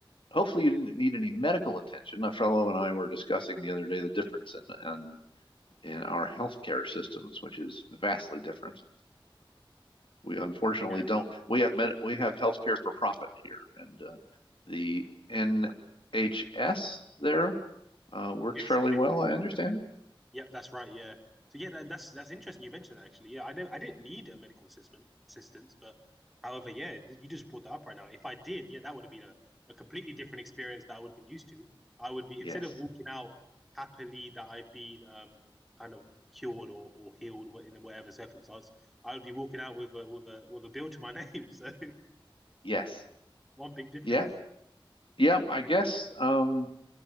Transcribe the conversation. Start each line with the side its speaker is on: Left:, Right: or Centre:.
Left: hopefully you didn't need any medical attention. A fellow and I were discussing the other day the difference in, in in our healthcare systems, which is vastly different. We unfortunately
Centre: Yeah.
Left: don't. We have med, we have healthcare for profit here, and uh, the NHS there uh, works
Centre: Yes.
Left: fairly
Centre: and
Left: well,
Centre: it-
Left: I understand.
Centre: Yep. That's right. Yeah. So yeah, that, that's that's interesting. You mentioned that actually. Yeah, I know I didn't need a medical assistant assistance, but however, yeah, you just brought that up right now. If I did, yeah, that would have been a, a completely different experience that I would have been used to. I would be
Left: Yes.
Centre: instead of walking out happily that I've been um kind of cured or, or healed in whatever circumstance, I would be walking out with a with a with a bill to my name. <laughs> So
Left: Yes.
Centre: One big difference.
Left: Yeah. yeah, I guess um,